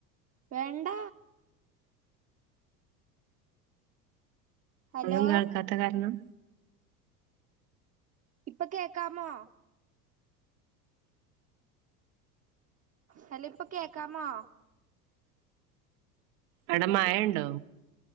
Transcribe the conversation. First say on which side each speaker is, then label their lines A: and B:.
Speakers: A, on the right; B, on the right.
A: വേണ്ട ഹലോ
B: ഒന്നും കേൾക്കാത്ത കാർണം
A: ഇപ്പൊ കേക്കാമോ ഹലോ ഇപ്പൊ കേക്കാമോ
B: അവ്ടെ മഴണ്ടോ